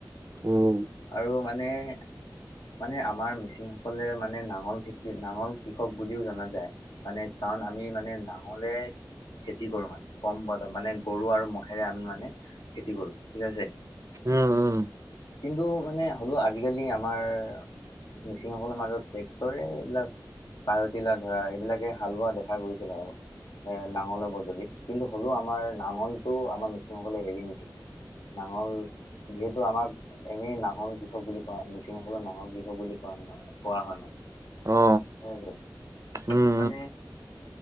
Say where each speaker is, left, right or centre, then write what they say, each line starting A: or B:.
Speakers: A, on the right; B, on the left.
A: উম
B: আৰু মানে- মানে আমাৰ মিচিংসকলে মানে নাঙল খেতি নাঙল কৃষক বুলিও জনা যায়। মানে কাৰণ আমি মানে নাঙলে খেতি কৰো মানে। কম পোৱা মানে গৰু আৰু মহ'ৰে আমি মানে খেতি কৰো ঠিক আছে।
A: উম উম
B: কিন্তু মানে হ'লেও আজিকালি আমাৰ- মিচিংসকলৰ মাজত ট্ৰেক্টৰে এইবিলাক- পাৰতিলা ধৰা এইবিলাকে হাল বোৱা দেখা গৈছিল আৰু এ' নাঙলৰ বদলি। কিন্তু হ'লেও আমাৰ নাঙলটো আমাৰ মিচিংসকলে এৰি নিদিয়ে। নাঙল- যিহেতু আমাক এনেই নাঙল কৃষক বুলি কোৱা মিচিংসলে নাঙল কৃষক বুলি কোৱা নহয়। কোৱা হয় মানে।
A: অ উম
B: মানে-